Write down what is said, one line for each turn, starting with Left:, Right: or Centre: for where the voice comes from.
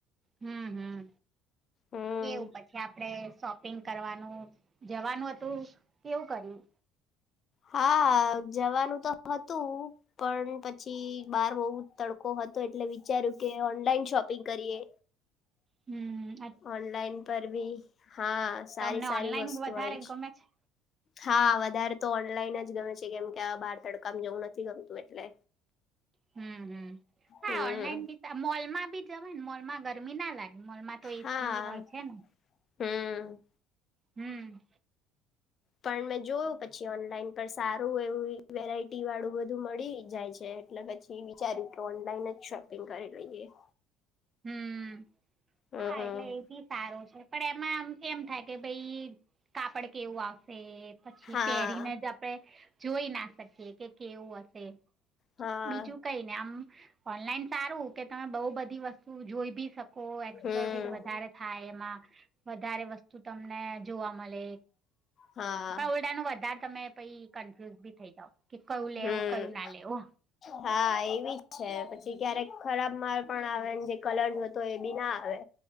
Right: હમ હમ
Left: હમ
Right: કેવું પછી આપડે શોપિંગ કરવાનું જવાનું હતું કેવું કર્યું
Left: હા જવાનું તો હતું પણ પછી બાર બહુ તડકો હતો એટલે વિચાર્યું કે ઓનલાઈન શોપિંગ કરીએ
Right: હમ
Left: ઓનલાઈન પર બી હા સારી
Right: તમને
Left: સારી
Right: ઓનલાઈન
Left: વસ્તુ
Right: વધારે
Left: હોય જ
Right: ગમે છે
Left: હા વધારે તો ઓનલાઈન જ ગમે છે કેમ કે આ બહાર તડકામાં જવું નથી ગમતું એટલે
Right: હમ હ હા
Left: હમ
Right: ઓનલાઈન બી મોલમાં બી જવાય ને મોલ માં ગરમી ના લાગે મલ માં તો એસી
Left: હા
Right: હોય છે ને
Left: હમ
Right: હમ
Left: પણ મેં જોયું પછી ઓનલાઈન પર સારું એવું વેરાયટી વાળું બધું મળી જાય છે એટલે પછી વિચાર્યું ઓનલાઈન જ શોપિંગ કરી લઈએ
Right: હમ
Left: હમ
Right: હા એટલે એ બી સારો છે પણ એમાં એમ થાય કે ભાઈ કાપડ કેવું આવશે પછી
Left: હા
Right: પહેરીને જ આપણે જોઈ ના શકીએ કે કેવું હશે
Left: હા
Right: બીજું કઈ ને આમ ઓનલાઈન સારું કે તમે બઉુ બધી વસ્તુ જોઈ ભી શકો
Left: હમ
Right: લોર બી વધારે થાય એમાં વધારે વસ્તુ તમને જોવા મળે
Left: હા હા
Right: ન વધારે તમે પ કન્ફ્યુઝ બી થઈ જાવ કે કયું લેવું
Left: હમ
Right: કયું ના લેવું
Left: હા એવીજ છે પછી ક્યારેક ખરાબ માલ પણ આવે જે કલર જોતો એ બી ના આવે